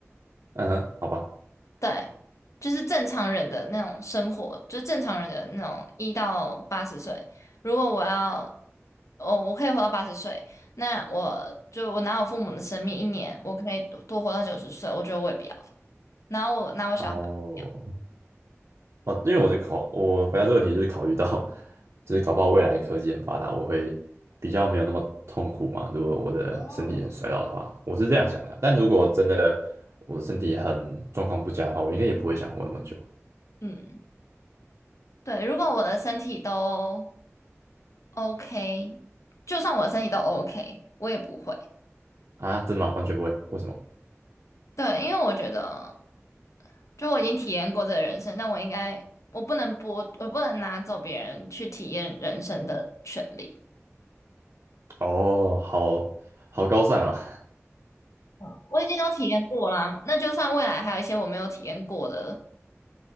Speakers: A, on the right; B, on the left.
A: 嗯哼，好吧，
B: 对，就是正常人的那种生活，就是正常人的那种一到八十岁，如果我要，哦，我可以活到八十岁，那我就我拿我父母的生命一年，我可以多多活到九十岁，我觉得我也不要，然后我拿我小孩我也不要，
A: 哦哦，因为我是考，我回答这个问题就是考虑到，就是搞不好未来科技很发达，我会比较没有那么痛苦嘛。如果我的身体很衰老的话，
B: 哦，
A: 我是这样想的啊。但如果真的我的身体很状况不佳的话，我应该也不会想活那么久
B: 嗯，对，如果我的身体都 OK，就算我的身体都 OK，我也不会。
A: 啊。真的吗？完全不会，为什么？
B: 对，因为我觉得，就我已经体验过这个人生，但我应该，我不能剥，我不能拿走别人去体验人生的权利。
A: 哦，好好高尚啊，
B: 嗯，我已经都体验过啦，那就算未来还有一些我没有体验过的，